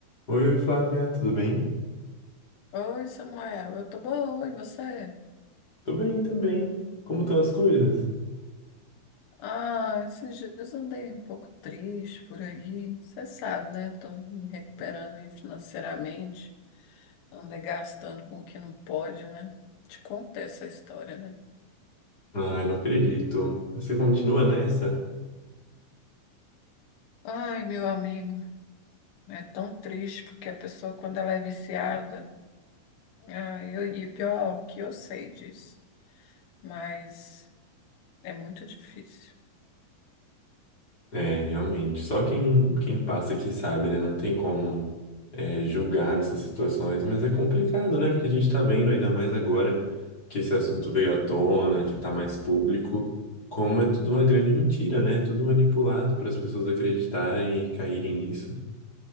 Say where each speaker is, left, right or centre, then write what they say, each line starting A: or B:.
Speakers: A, on the left (about 25°); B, on the left (about 80°).
A: Oi, Flávia, tudo bem?
B: Oi, Samuel, eu tô boa, e você?
A: Tô bem também. Como estão as coisas?
B: Ah, esses dias eu andei um pouco triste por aí. Você sabe, né? Tô me recuperando aí financeiramente. Andei gastando com o que não pode, né? Te contei essa história, né?
A: Ai, não acredito. Você continua nessa?
B: Ai, meu amigo, é tão triste porque a pessoa, quando ela é viciada, ah, eu, e pior que eu sei disso, mas é muito difícil.
A: É, realmente. Só quem, quem passa aqui sabe, né? Não tem como é, julgar nessas situações, mas é complicado, né? Porque a gente tá vendo, ainda mais agora que esse assunto veio à tona, que tá mais público, como é tudo uma grande mentira, né? Tudo manipulado para as pessoas acreditarem e caírem nisso.